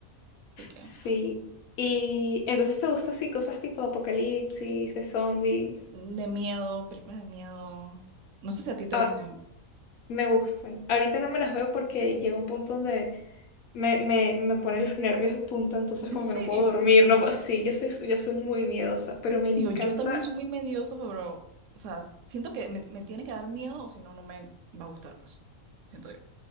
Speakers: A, on the right; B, on the left.
A: así que
B: Sí. Y entonces te gustan así cosas tipo apocalipsis, de zombies.
A: de miedo, películas de miedo. No sé si a ti te
B: Ah,
A: gustan.
B: me gustan. Ahorita no me las veo porque llega un punto donde me, me, me ponen los nervios de punta, entonces
A: ¿En
B: como
A: serio?
B: que no puedo dormir, no puedo- Sí, yo soy, yo soy muy miedosa, pero me
A: Digo,
B: encanta
A: yo también soy muy medioso, pero, o sea, siento que me, me tiene que dar miedo o si no, no me va a gustar, pues. Siento yo.